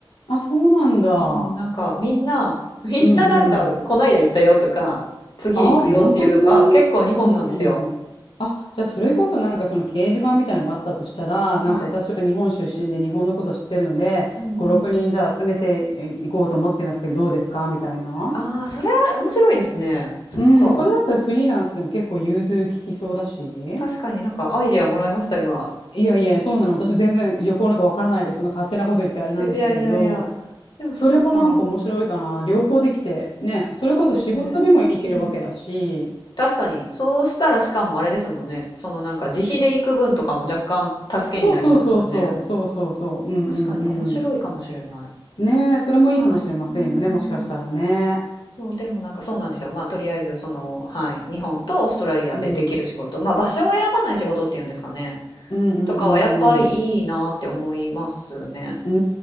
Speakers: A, on the left; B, on the left.
A: あ、そうなんだ。
B: うん、なんかみんな、<laughs> みんななんか、
A: うんうん。
B: こないだ行ったよとか、次行くよっていうのが結構日本なんですよ。
A: ああ、本当にうん。あ、じゃあそれこそなんかその掲示板みたいなのがあったとしたら、
B: はい。
A: なんか私は日本出身で日本のこと知ってるので、
B: うんうんうん。
A: 5、6人じゃあ集めていこうと思ってますけど、どうですかみたいな。
B: ああ、それあれ面白いですね。そっか。
A: うん、それだったらフリーランスでも結構融通利きそうだし。
B: 確かになんかアイデアもらいました、今。
A: いやいや、そうなの。私も全然旅行なんかわからないで、そんな勝手なこと言ってあれなんですけれど、
B: いやいやいや。でもそっか。
A: それもなんか面白いかな。両方できて、ね、それこそ仕事でもいけるわけだし、
B: そうですね。うん。確かに。そうしたらしかもあれですもんね。そのなんか自費で行く分とかも若干助けになりますもんね。
A: そうそうそうそうそうそうそう。うんうんうん。
B: 確かに面白いかもしれない。
A: ねえ、それもいいかもしれませんよね、
B: はい。うんうん。
A: もしかしたらね。
B: そう、でもなんかそうなんですよ。まあとりあえずその、はい、日本とオーストラリアでできる仕事、
A: うん。
B: まあ場所を選ばない仕事っていうんですかね。
A: うんうんうん
B: とかはやっぱりいいなって思いますね。
A: うん。